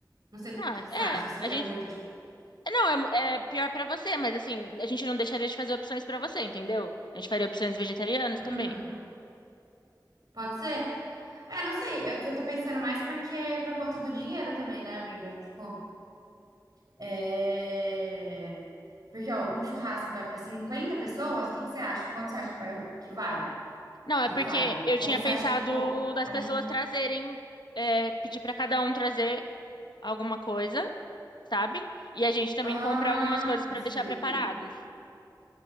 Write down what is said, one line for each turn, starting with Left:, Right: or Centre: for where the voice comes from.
Right: Não sei
Left: Não,
Right: o que
Left: é,
Right: que você acha, você
Left: a
Right: quer
Left: gente.
Right: muito, tipo,
Left: Não, é, mu- é pior pra você, mas assim, a gente não deixaria de fazer opções pra você, entendeu? A gente faria opções vegetarianas
Right: hum,
Left: também.
Right: pode ser? É, não sei, é que eu tô pensando mais porque é por conta do dinheiro também, né, amiga? Tipo, é... Porque, ó, um churrasco vai pra 50 pessoas, o que que você acha? Quanto você acha que vai, que vai
Left: Não, é
Right: de
Left: porque
Right: carne?
Left: eu tinha
Right: Ou você
Left: pensado
Right: acha que, tipo,
Left: das
Right: a
Left: pessoas
Right: gente...
Left: trazerem, é, pedir pra cada um trazer alguma coisa, sabe? E a gente também
Right: ah,
Left: comprar algumas coisas pra
Right: Desse
Left: deixar
Right: jeito,
Left: preparadas.
Right: é ok.